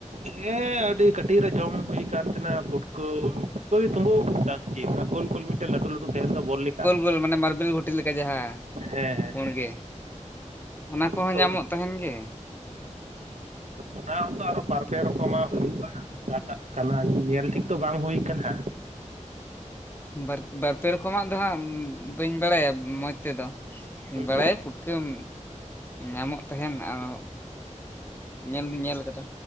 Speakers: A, on the right; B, on the left.
A: ᱦᱮᱸ ᱟᱹᱰᱤ ᱠᱟᱹᱴᱤᱡ ᱨᱮ ᱡᱚᱢ ᱦᱩᱭ ᱠᱟᱱ ᱛᱟᱦᱮᱸᱱᱟ ᱯᱩᱴᱠᱟᱹ, ᱯᱩᱴᱠᱟᱹ ᱜᱮ ᱛᱩᱸᱵᱟᱹ ᱩᱫ ᱠᱚ ᱢᱮᱛᱟᱜ ᱟᱥᱮ ᱪᱮᱫ, ᱚᱱᱟ ᱜᱳᱞ ᱜᱳᱞ ᱢᱤᱫᱴᱟᱜ ᱞᱟᱹᱴᱩ ᱞᱟᱹᱴᱩ ᱛᱟᱦᱮᱱ ᱫᱚ ᱵᱚᱞ ᱞᱮᱠᱟ,
B: ᱛᱚ ᱢᱟᱱᱮ ᱢᱟᱨᱵᱮᱞ ᱜᱷᱩᱴ- ᱞᱮᱠᱟ ᱡᱟᱦᱟᱸ
A: ᱦᱮᱸ, ᱦᱮᱸ᱾
B: ᱜᱮ ᱚᱱᱟ ᱠᱚᱦᱚᱸ
A: ᱟᱫᱚ
B: ᱧᱟᱢᱚᱜ ᱛᱟᱦᱮᱱ ᱜᱮ᱾
A: ᱚᱱᱟ ᱦᱚᱸᱛᱚ ᱟᱨᱚ ᱵᱟᱨᱯᱮ ᱨᱚᱠᱚᱢᱟᱜ ᱦᱩᱭᱩᱜ-ᱟ᱾ ᱚᱠᱟ ᱴᱟᱜ ᱠᱟᱱᱟ ᱧᱮᱞ ᱴᱷᱤᱠ ᱛᱚ ᱵᱟᱝ ᱦᱩᱭ ᱠᱟᱱᱟ᱾
B: ᱵᱟᱨ ᱵᱟᱨᱯᱮ ᱨᱚᱠᱚᱢᱟᱜ ᱫᱚ ᱦᱟᱸᱜ ᱵᱟᱹᱧ ᱵᱟᱲᱟᱭᱟ ᱢᱚᱸᱡᱽ ᱛᱮᱫᱚ᱾
A: ᱦᱩᱸ
B: ᱵᱟᱲᱟᱭᱟ ᱯᱩᱴᱠᱟᱹᱢ ᱧᱟᱢᱚᱜ ᱛᱟᱦᱮᱱ ᱟᱨᱚ ᱧᱮᱞ ᱧᱮᱞ ᱠᱟᱫᱟ